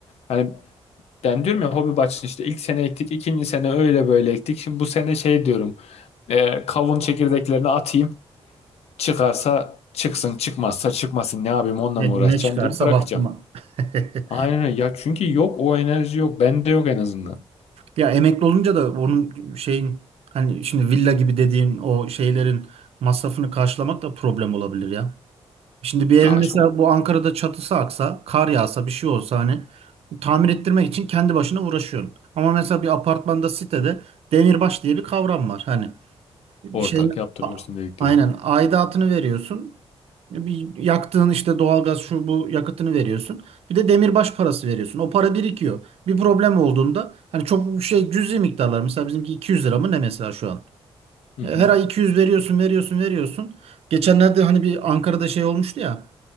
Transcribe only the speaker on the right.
Ne,
ne çıkarsa
baktıma. <laughs>
Ya emekli olunca da onun şeyin hani şimdi villa gibi dediğin o şeylerin masrafını karşılamak da problem olabilir ya. Şimdi bir evin
mesela
bu Ankara'da çatısı aksa, kar yağsa, bir şey olsa hani tamir ettirmek için kendi başına uğraşıyorsun. Ama mesela bir apartmanda sitede demirbaş diye bir kavram var. Hani
Şey,
a-
aynen
aidatını veriyorsun. Bir yaktığın işte doğalgaz şu bu yakıtını veriyorsun. Bir de demirbaş parası veriyorsun. O para birikiyor. Bir problem olduğunda hani çok şey cüzi miktarlar. Mesela bizimki 200 lira mı ne mesela şu an.
E, Her ay 200 veriyorsun, veriyorsun, veriyorsun. Geçenlerde hani bir Ankara'da şey olmuştu ya.